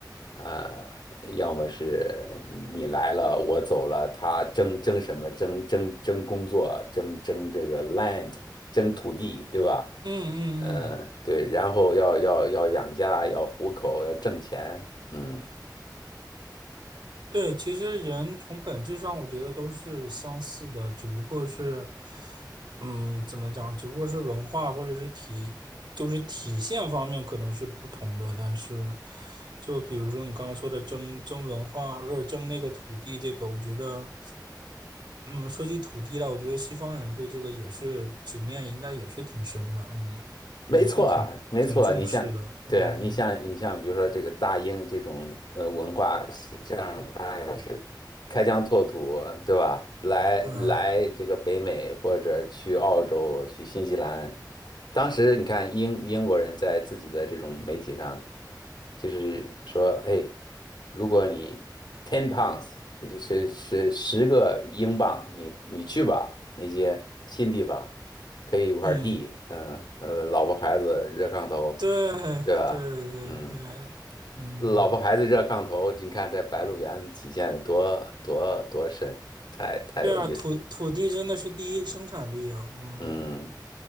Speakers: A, on the left (about 75°); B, on the right (about 80°).
A: 啊、要么是你来了我走了，他争争什么？争争争工作，争争这个 land，争土地，对吧？
B: 嗯嗯嗯
A: 嗯，对，然后要要要养家，要糊口，要挣钱，嗯。
B: 对，其实人从本质上，我觉得都是相似的，只不过是，嗯，怎么讲？只不过是文化或者是体，就是体现方面可能是不同的。但是，就比如说你刚刚说的争争文化，不是争那个土地，这个我觉得，嗯，说起土地来，我觉得西方人对这个也是执念，应该也是挺深的，嗯，
A: 没错啊，
B: 也是挺挺重视的，
A: 没错啊你像，对啊，
B: 嗯
A: 你像你像，比如说这个大英这种呃文化，实际上它也是开疆拓土，
B: 嗯嗯，
A: 对吧？来来这个北美或者去澳洲、
B: 对啊，
A: 去新西兰，当时你看英英国人在自己的这种媒体上，就是说，哎，如果你 ten pounds，就是是十个英镑，你你去吧那些新地方。可以一块地，
B: 嗯。
A: 嗯，呃，老婆孩子热炕头，
B: 对
A: 对吧？
B: 对对对，
A: 嗯，
B: 嗯，
A: 老婆孩子热炕头，你看在《白鹿原》里体现的多多多深，太太有意思。
B: 对啊，土土地真的是第一生产力啊，嗯
A: 嗯，